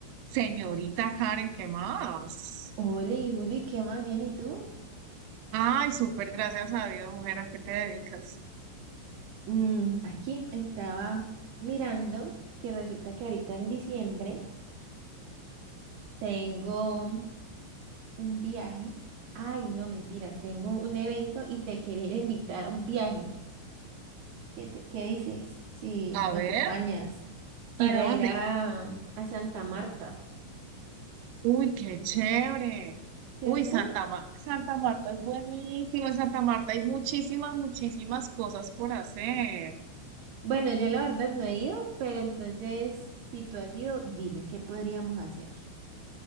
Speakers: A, on the right (about 80°); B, on the right (about 65°).
A: Señorita Karen, ¿qué más?
B: Hola, y Juli, ¿qué más bien? ¿Y tú?
A: Ay, súper, gracias a Dios, mujer, ¿a qué te dedicas?
B: Mm, aquí estaba mirando que resulta que ahorita en diciembre tengo un viaje. Ay, no, mentiras, tengo un evento y te quería invitar a un viaje. ¿Qué, te- qué dices? Si
A: A
B: me
A: ver,
B: acompañas
A: ¿y
B: para
A: dónde?
B: ir a, a Santa Marta,
A: Uy, qué chévere.
B: ¿cierto?
A: Uy, Santa Ma- Santa Marta es buenísimo. En Santa Marta hay muchísimas, muchísimas cosas por hacer.
B: Bueno, yo la verdad no he ido, pero entonces, si tú has ido, dime, ¿qué podríamos hacer?